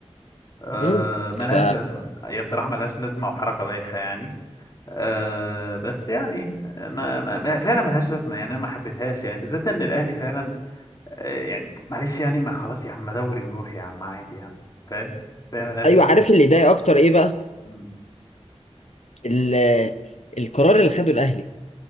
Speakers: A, on the left; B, on the left.
A: أه
B: امم
A: ملهاش
B: ف
A: لازمه هي بصراحه ملهاش لازمه وحركه بايخه يعني أه بس يعني ما, ما ما- فعلا ملهاش لازمه يعني انا ما حبيتهاش يعني بالذات ان الاهلي فعلا أه يعني معلش يعني ما خلاص يا عم ما دوري يروح يا عم عادي يا عم فاهم فاهم ملهاش
B: ايوه
A: لازمه
B: عارف اللي ضايق اكتر ايه بقى
A: مم.
B: ال- القرار اللي خده الاهلي